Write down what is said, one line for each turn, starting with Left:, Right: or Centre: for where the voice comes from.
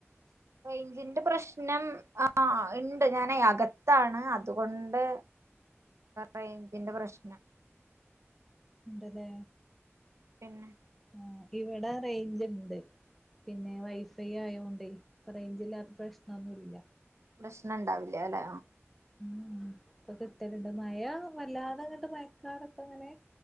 Right: റെയ്ഞ്ചിന്റെ പ്രശ് നം ആ ഇണ്ട് ഞാനേ അകത്താണ് അതുകൊണ്ട് റേയ്ഞ്ചിന്റെ പ്രശ്നം.
Centre: ഇണ്ട്ലേ?
Right: പിന്നെ?
Centre: ആ ഇവിടെ റേയ്ഞ്ച്ണ്ട് പിന്നെ വൈഫൈ ആയോണ്ടേ ഇപ്പം റേയ്ഞ്ച് ഇല്ലാത്ത പ്രശ്നൊന്നുല്ല.
Right: പ്രശ്നണ്ടാവില്ലാലേ?
Centre: ഉം ഇപ്പ കിട്ടല്ണ്ട് മയ വല്ലാ ങ്ങട്ട് മയക്കാറെക്കെ ഇങ്ങനെ